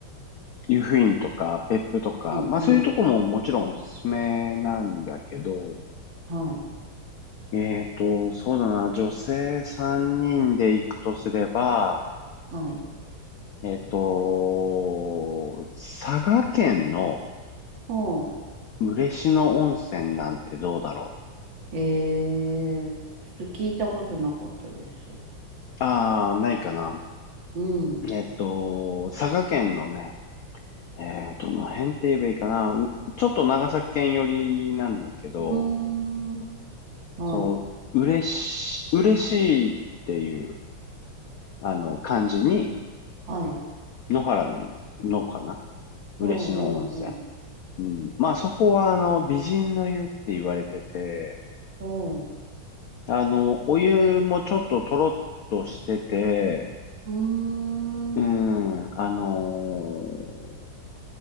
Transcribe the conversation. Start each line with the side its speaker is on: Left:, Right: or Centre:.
Left: 湯布院とか別府とか、
Right: うんうん。
Left: まあそういうとこももちろんおすすめなんだけど、
Right: はい。
Left: えっと、そうだな。女性3人で行くとすれば、
Right: はい。
Left: えっと、佐賀県の
Right: ほ
Left: 嬉野温泉なんてどうだろ
Right: う。えー、ちょっと聞いたことなかったです。
Left: う。ああ、ないかな。
Right: うん。う
Left: えっと、佐賀県のね、えっと、どの辺って言えばいいかな。うちょっと長崎県寄りなんだけど、
Right: ーん。はい。
Left: そう、嬉し、嬉しいっていう、あの、漢字に、
Right: はい。
Left: 野原の、のかな。嬉野温泉。
Right: うんうん
Left: うん。まあ、そこは、あの、美人の湯って言われてて、
Right: うん。
Left: あの、お湯もちょっととろっとしてて、
Right: うん。
Left: うん、
Right: うーん。
Left: あのー